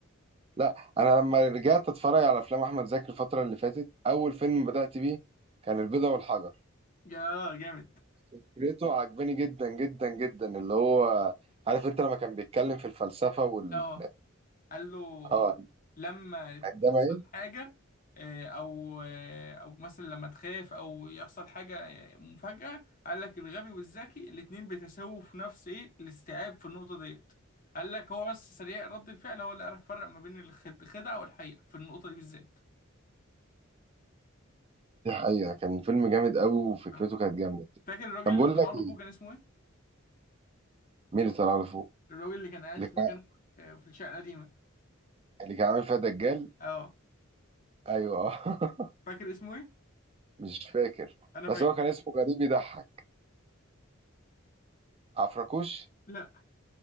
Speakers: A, on the right; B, on the left.
A: لا انا لما رجعت اتفرج على افلام احمد زكي الفتره اللي فاتت اول فيلم بدات بيه كان البيضة والحجر
B: يا جامد
A: فكرته عجباني جدا جدا جدا اللي هو عارف انت لما كان بيتكلم في الفلسفه وال
B: اه قال له
A: اه آه،
B: لما تحصل
A: عندما ايه
B: حاجه آه، او آه، او مثلا لما تخاف او يحصل حاجه آه، مفاجاه قال لك الغبي والذكي الاتنين بيتساووا في نفس ايه الاستيعاب في النقطه ديت قال لك هو بس سريع رد الفعل هو اللي عرف يفرق ما بين الخد- الخدعه والحقيقه في النقطه دي بالذات
A: دي حقيقه كان فيلم جامد قوي وفكرته
B: آه.
A: كانت جامده
B: فاكر الراجل
A: طب
B: اللي
A: بقول
B: طلع
A: لك
B: له
A: ايه
B: فوق كان اسمه ايه؟
A: مين اللي طلع لفوق
B: الراجل اللي كان قاعد
A: اللي
B: في
A: كان
B: مكانه آه، في الشقة القديمة
A: اللي كان عامل فيها دجال
B: اه
A: ايوه <laughs>
B: فاكر اسمه ايه؟
A: مش فاكر
B: انا فاكر
A: بس هو كان اسمه غريب يضحك عفركوش
B: لا